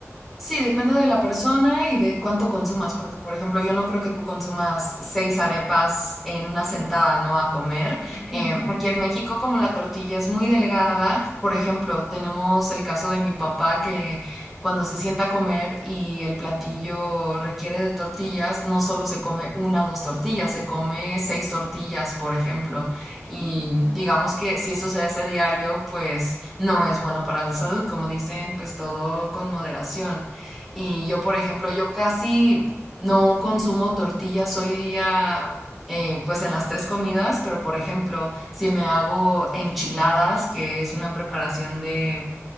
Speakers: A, in the centre; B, on the left.
A: Sí, depende de la persona y de cuánto consumas, porque por ejemplo,
B: Sí.
A: yo no creo que tú consumas seis arepas en una sentada, ¿no? A comer.
B: <laughs>
A: Em,
B: Ay, no.
A: aquí en México, como la tortilla es muy delgada, por ejemplo, tenemos el caso de mi papá que cuando se sienta a comer y el platillo requiere de tortillas, no solo se come una o dos tortillas, se come seis tortillas, por ejemplo.
B: Mm,
A: Y
B: Claro,
A: digamos que si eso se hace diario, pues no es bueno para la salud, como dicen, pues todo con moderación. Y
B: no,
A: yo, por
B: ya.
A: ejemplo, yo casi no consumo tortillas hoy día, eh, pues en las tres comidas, pero por ejemplo, si me hago enchiladas, que es una preparación de